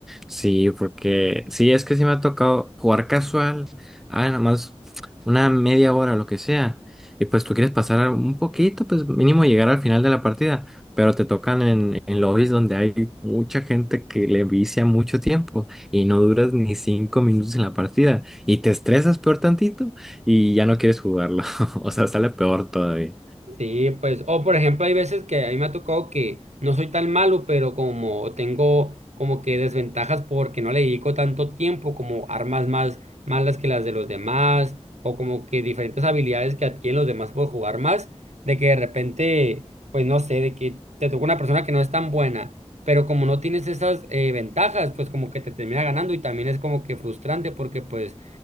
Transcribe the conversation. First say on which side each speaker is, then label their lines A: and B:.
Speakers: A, in the centre; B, on the right.
A: Sí, porque sí, es que sí me ha tocado jugar casual, ah, nada más una media hora o lo que sea, y pues tú quieres pasar un poquito, pues mínimo llegar al final de la partida, pero te tocan en, en lobbies donde hay mucha gente que le vicia mucho tiempo y no duras ni cinco minutos en la partida y te estresas peor tantito y ya no quieres jugarlo, <laughs> o sea, sale peor todavía.
B: Sí, pues, o por ejemplo, hay veces que a mí me ha tocado que no soy tan malo, pero como tengo como que desventajas porque no le dedico tanto tiempo, como armas más malas que las de los demás, o como que diferentes habilidades que adquieren los demás por jugar más, de que de repente, pues no sé, de que te toca una persona que no es tan buena, pero como no tienes esas eh, ventajas, pues como que te termina ganando y también es como que frustrante porque pues